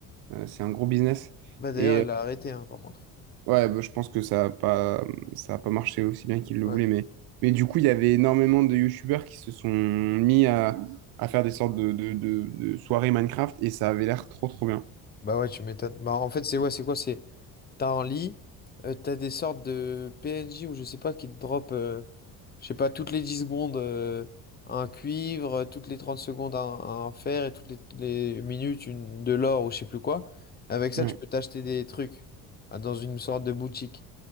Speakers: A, on the right; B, on the left.
A: Euh, c'est un gros business.
B: Bah d'ailleurs,
A: Et
B: il a arrêté, hein, par contre.
A: Ouais, bah, je pense que ça a pas, ça a pas marché aussi bien qu'ils le
B: Ouais.
A: voulaient, mais, mais du coup, il y avait énormément de youtubeurs qui se sont mis à, à faire des sortes de, de, de- de soirées Minecraft et ça avait l'air trop trop bien.
B: Bah ouais, tu m'étonnes. Bah en fait, c'est ouais, c'est quoi? C'est, t'as un lit, euh, t'as des sortes de PNJ ou je sais pas qui te drop. euh, Je sais pas, toutes les 10 secondes, euh, un cuivre, toutes les 30 secondes, un, un fer, et toutes les, les minutes, une, de l'or ou je sais plus quoi. Avec ça,
A: Ouais.
B: tu peux t'acheter des trucs ah, dans une sorte de boutique.